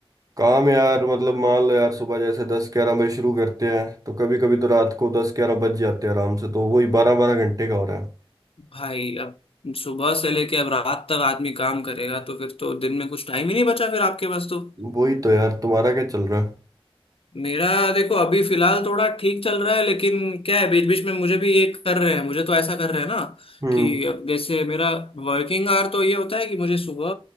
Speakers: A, on the right; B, on the left.
A: काम यार मतलब मान लो यार सुबह जैसे दस ग्यारह बजे शुरू करते हैं तो कभी कभी तो रात को दस ग्यारह बज जाते हैं आराम से तो वही बारह बारह घंटे का हो रहा है
B: भाई अब सुबह से लेके अब रात तक आदमी काम करेगा तो फिर तो दिन में कुछ टाइम ही नहीं बचा फिर आपके पास तो
A: वही तो यार तुम्हारा क्या चल रहा है
B: मेरा देखो अभी फिलहाल थोड़ा ठीक चल रहा है लेकिन क्या है बीच बीच में मुझे भी ये कर रहे हैं मुझे तो ऐसा कर रहे हैं ना
A: हम्म
B: कि अब जैसे मेरा वर्किंग आवर तो ये होता है कि मुझे सुबह